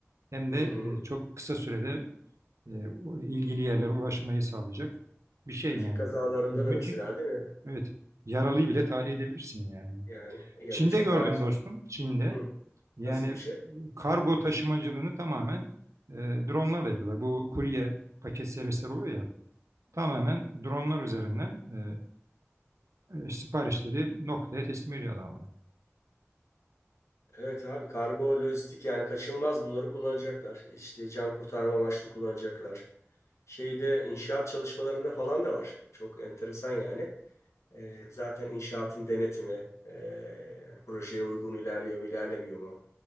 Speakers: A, on the right (about 80°); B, on the left (about 75°).
A: hem
B: Hı
A: de
B: hı.
A: e, çok kısa sürede e, o ilgili yerlere ulaşmayı sağlayacak bir şey
B: Trafik
A: yani.
B: kazalarında
A: Müthiş.
B: da mesela değil mi?
A: Evet. Yaralıyı bile tahliye edebilirsin yani.
B: Yani ya
A: Çin'de
B: da çok
A: gördüm
B: acil.
A: dostum. Çin'de.
B: Hı.
A: Yani
B: Nasıl bir şey?
A: kargo taşımacılığını tamamen e, dronlarla yapıyorlar. Bu kurye paket servisler oluyor ya tamamen dronlar üzerinden e, siparişleri noktaya teslim ediyor adamlar.
B: Evet abi kargo, lojistik yani kaçınılmaz bunları kullanacaklar. İşte can kurtarma amaçlı kullanacaklar. şeyde inşaat çalışmalarında falan da var. Çok enteresan yani. E, zaten inşaatın denetimi, e, yani projeye uygun ilerliyor mu, ilerlemiyor mu?